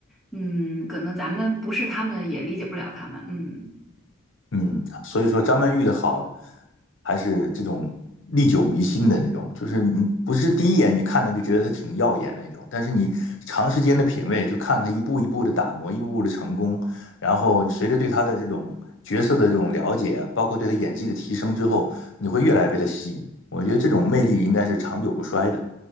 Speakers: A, in the centre; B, on the left.
A: 嗯，可能咱们不是他们也理解不了他们，嗯。
B: 嗯，所以说张曼玉的好，还是这种历久弥新的这种，就是你不是第一眼你看着就觉得她挺耀眼那种，但是你长时间的品味，就看她一步一步的打磨，一步步的成功，然后你随着对她的这种角色的这种了解，包括对她演技的提升之后，你会越来越被她吸引。我觉得这种魅力应该是长久不衰的。